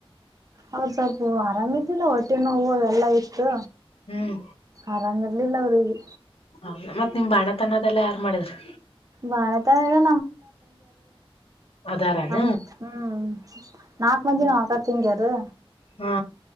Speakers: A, on the right; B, on the left.
A: ಅವ್ರ ಸ್ವಲ್ಪ ಆರಾಮ ಇಲ್ಲ ಹೊಟ್ಟೆ ನೋವು ಎಲ್ಲಾ ಇತ್ತು
B: ಹ್ಮ್
A: ಆರಾಮಾಗಿರ್ಲಿಲ್ಲ ಅವ್ರಿಗೆ
B: ಹೌದ ಮತ್ ನಿಮ್ ಬಾಣತನದೆಲ್ಲ ಯಾರ್ ಮಾಡಿದ್ರರು
A: ಬಾಳತನ
B: ಅದಾರಾನ
A: ನಮ್ದ್ ಹ್ಮ್ ನಾಕ್ ಮಂದಿನ ಅಕ್ಕ-ತಂಗಿಯರು
B: ಹಾ